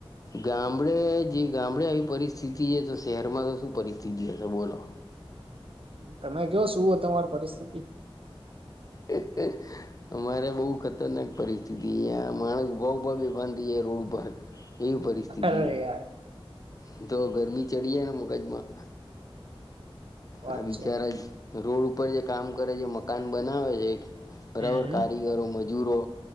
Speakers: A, on the left; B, on the right.
A: ગામડે જે ગામડે આવી પરિસ્થિતિ એ છે તો શહેરમાં તો શું પરિસ્થિતિ હશે બોલો
B: અમ તમે કયો શુંહે તમારી પરિસ્થિતિ
A: <inaudible> અમારે બહુ ખતરનાક પરિસ્થિતિ અં માણસ ઊભા ઉભા બે ભંધી કે રોડ ઉપર એવી પરિસ્થિતિ
B: અરે યાર
A: છે તો ગરમી ચડી જાય ને મગજમાં
B: વાત
A: આ બિચારા
B: છે
A: જ રોડ ઉપર જે કામ કરે છે મકાન બનાવે છે બરાબર
B: હમ
A: કારીગરો મજૂરો